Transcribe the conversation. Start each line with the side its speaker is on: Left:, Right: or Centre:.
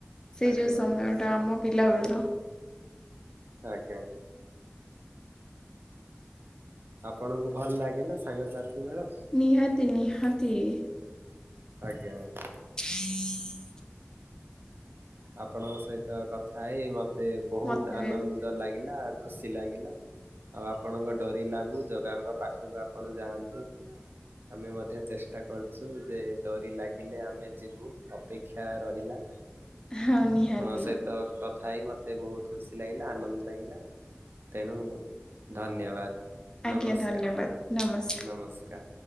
Left: ସେଇ
Right: ଆଜ୍ଞା
Left: ଯେଉଁ ସମୟଟା
Right: ଆଜ୍ଞା
Left: ଆମ ପିଲା ବେଳର
Right: ଆଜ୍ଞା ଆଁ ଆପଣଙ୍କୁ ଭଲ ଲାଗେନା ସାଙ୍ଗସାଥି ମେଳ
Left: ନିହାତି ନିହାତି ଇ
Right: ଆଜ୍ଞା ଆଜ୍ଞା ଆଁ।
Left: ପିଂ ପିଂ
Right: ଆପଣଙ୍କ ସହିତ କଥା ହେଇ ମତେ ବହୁତ
Left: ମତେ ବି
Right: ଆନନ୍ଦ ଲାଗିଲା। ଆଉ ଖୁସି ଲାଗିଲା। ଆଉ ଆପଣଙ୍କ ଡୋରି ଲାଗୁ ଜଗାଙ୍କ ପାଖକୁ ଆପଣ ଯାଆନ୍ତୁ। ଆମେ ମଧ୍ୟ ଚେଷ୍ଟା କରୁଛୁ। ଯେ ଡୋରି ଲାଗିଲେ ଆମେ ଯିବୁ ଅପେକ୍ଷା ରହିଲା। ଆପଣଙ୍କ
Left: ହଁ ନିହାତି
Right: ସହିତ କଥ ଥାଇ ମୋତେ ବହୁତ ଖୁସି ଲାଗିଲା। ଆନନ୍ଦ ଲାଗିଲା। ତେଣୁ ଧନ୍ୟବାଦ!
Left: ଆଜ୍ଞା
Right: ନମସ୍କାର
Left: ଧନ୍ୟବାଦ ନମସ୍ତେ।
Right: ନମସ୍କାର।